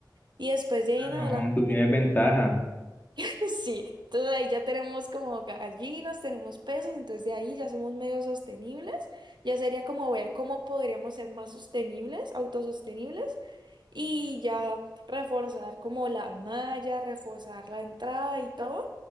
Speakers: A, on the right; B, on the left.
A: Y después de ahí
B: Ah,
A: en
B: no,
A: adelante
B: tú tienes ventaja.
A: <laughs> Sí, entonces ahí ya tenemos como gallinas, tenemos peces, entonces de ahí ya somos medio sostenibles. Ya sería como ver cómo podríamos ser más sostenibles, autosostenibles, y ya reforzar como la malla, reforzar la entrada y todo.